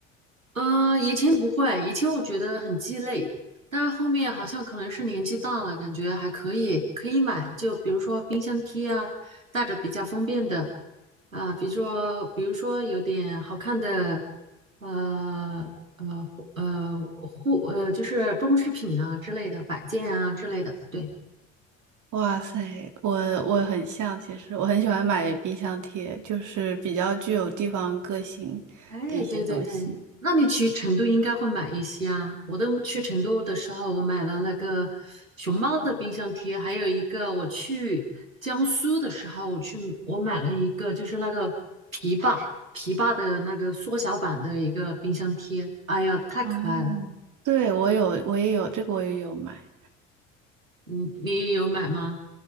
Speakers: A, on the right; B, on the right.
A: 嗯，呃以前不会，以前我觉得很鸡肋，但是后面好像可能是年纪大了，感觉还可以，可以买。就比如说冰箱贴啊，带着比较方便的啊，比如说比如说有点好看的，呃呃呃护呃就是装饰品啊之类的摆件啊之类的，对。
B: 哇塞，我我很像，其实我很喜欢买冰箱贴，就是比较具有地方个性的一些东西。
A: 哎，对对对，那你去成都应该会买一些啊。我都去成都的时候，我买了那个熊猫的冰箱贴，还有一个我去江苏的时候，我去我买了一个，就是那个琵琶琵琶的那个缩小版的一个冰箱贴。哎呀，太可爱了！
B: 哦，对，我有，我也有，这个我也有买。
A: 你你有买吗？